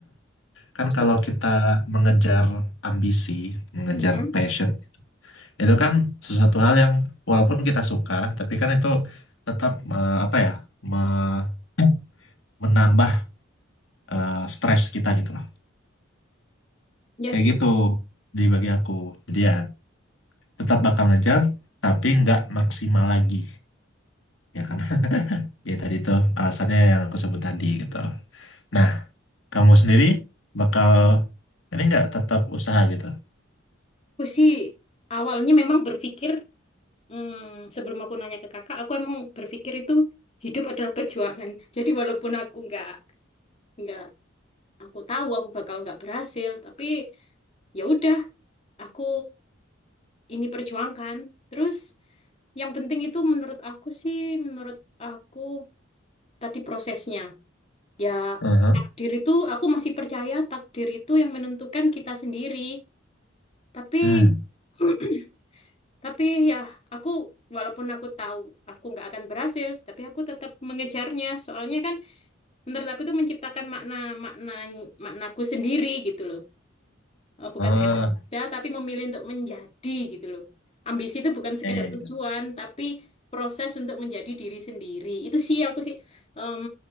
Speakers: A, on the left; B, on the left.
A: Kan
B: Masuk.
A: kalau kita mengejar ambisi, mengejar
B: Mm.
A: passion, itu kan sesuatu hal yang walaupun kita suka, tapi kan itu tetap eh, apa ya, me- menambah eh, stres kita gitu lah.
B: Ya
A: Kayak
B: sih.
A: gitu di bagi aku. Jadi ya tetap bakal ngejar tapi nggak maksimal lagi ya karena <laughs> ya tadi tuh alasannya yang aku sebut tadi gitu nah kamu sendiri bakal ini nggak tetap usaha gitu
B: Aku sih awalnya memang berpikir, hmm, sebelum aku nanya ke kakak, aku emang berpikir itu hidup adalah perjuangan. <laughs> Jadi walaupun aku nggak nggak aku tahu aku bakal nggak berhasil tapi ya udah aku ini perjuangkan terus yang penting itu menurut aku sih menurut aku tadi prosesnya ya
A: Aha.
B: takdir itu aku masih percaya takdir itu yang menentukan kita sendiri tapi
A: hmm
B: <clears throat> tapi ya aku walaupun aku tahu aku nggak akan berhasil tapi aku tetap mengejarnya soalnya kan menurut aku itu menciptakan makna makna maknaku sendiri gitu loh Oh, bukan
A: Ah,
B: sekedar ada, tapi memilih untuk menjadi gitu loh. Ambisi itu bukan sekedar
A: ya, ya,
B: tujuan,
A: ya.
B: tapi proses untuk menjadi diri sendiri. Itu sih aku sih em,